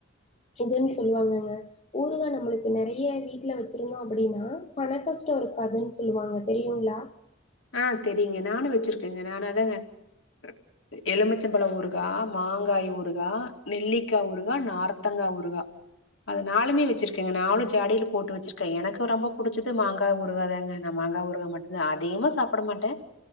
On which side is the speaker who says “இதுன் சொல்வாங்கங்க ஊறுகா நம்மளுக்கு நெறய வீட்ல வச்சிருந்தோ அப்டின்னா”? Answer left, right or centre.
Left